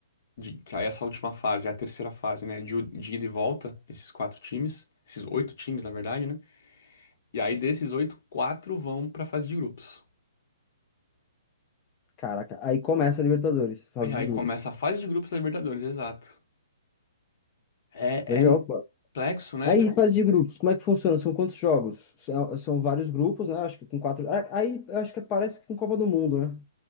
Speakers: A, on the left (about 45°); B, on the left (about 20°).
A: de, que aí essa última fase é a terceira fase, né? De, de ida e volta, esses quatro times, esses oito times, na verdade, né? E aí desses oito, quatro vão para a fase de grupos.
B: Caraca, aí começa a Libertadores, fase
A: E aí
B: de grupos.
A: começa a fase de grupos da Libertadores, exato. É,
B: Legal,
A: é
B: pô.
A: complexo, né?
B: Aí,
A: Tipo,
B: fase de grupos, como é que funciona? São quantos jogos? São, são vários grupos, né? Acho que com quatro. ah, Aí, eu acho que parece que com Copa do Mundo, né?